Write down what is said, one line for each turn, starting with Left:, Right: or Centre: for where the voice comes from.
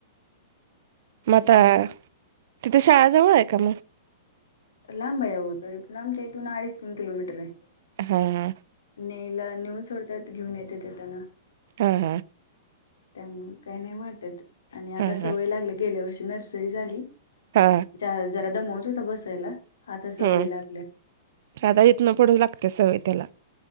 Right: मग
Left: नाही,
Right: आता तिथं शाळाजवळ आहे का मग
Left: लांब आहे ओ आमच्या तून अडीच तीन किलोमीटर आहे.
Right: हा ह
Left: नेला नेऊन सोडतात घेऊन येते येताना
Right: हा हा
Left: त्यामुळे काय नाही वाटत आणि
Right: हा
Left: आता
Right: हा
Left: सवय
Right: हा
Left: लागलं गेल्या वर्षी नर्सरी झाली.
Right: हा
Left: जरा दमवत होता बसायला आता सवय
Right: हम्म
Left: लागली.
Right: आता इथनं पुढे लागते सवय त्याला